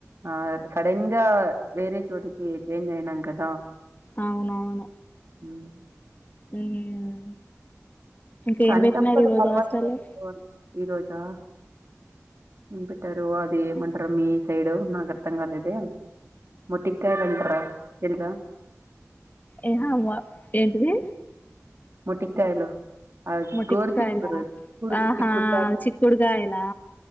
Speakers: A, on the right; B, on the left.
A: ఆ సడన్గా వేరే చోటికి చేేంజ్ అయినాం కదా
B: అవునవును
A: ఉం
B: ఉమ్ ఇంకేం
A: కానీ
B: పెట్టినారు
A: తప్పుదు
B: ఈరోజు
A: అలవాటు
B: హాస్టల్లో
A: చేసుకోవాలి ఈ రోజా ఏం పెట్టారు అది ఏమంటరు మీ సైడు నాకు అర్థం కాలేదే మొటి కాయలు అంటరా తెలుసా
B: ఏహా వ ఏంటిది
A: మొటికాయలు అ
B: మొటిక్కాయలా
A: గోరు చిక్కుడు
B: ఆహా
A: చిక్కుడు లాగా
B: చిక్కుడుకాయలా